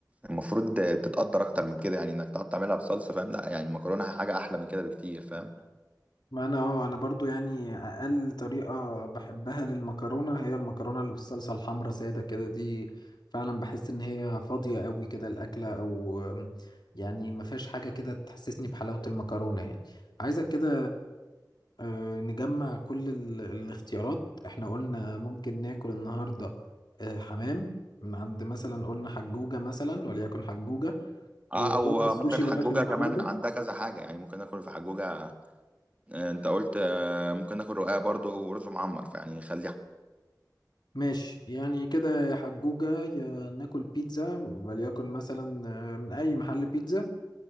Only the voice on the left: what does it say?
ما انا اه انا برضو يعني اقل طريقة بحبها للمكرونة هي المكرونة اللي بالصلصة الحمرا سادة كده دي فعلا بحس ان هي فاضية قوي كده الاكلة او يعني ما فيهاش حاجة كده تحسسني بحلاوة المكرونة يعني عايزك كده آه، نجمع كل ال- الاختيارات احنا قلنا ممكن ناكل النهاردة آه، حمام من عند مثلا قلنا حجوجة مثلا وليكن حجوجة
وقلنا
السوشي
بلاش النهاردة
ماشي يعني كده يا حجوجة يا ناكل بيتزا وليكن مثلا آه، من أي محل بيتزا